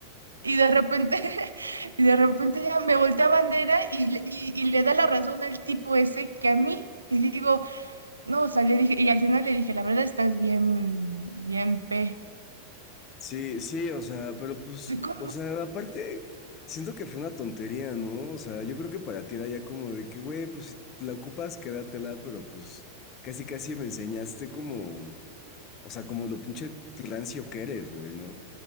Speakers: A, on the right; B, on the left.
A: y de repente, <laughs> y de repente ya me voltea bandera y, le- y, y le da la razón al tipo ese que a mí. Y digo, no, o sea, le dije, y al final le dije, la verdad estás bien, bien P.
B: Sí, sí, o sea, pero pues,
A: <laughs>
B: o sea, aparte, siento que fue una tontería, ¿no? O sea, yo creo que para ti era ya como de que, güey, pues si la ocupas, quédatela, pero pues casi casi me enseñaste como, o sea, como lo pinche rancio que eres, güey, ¿no?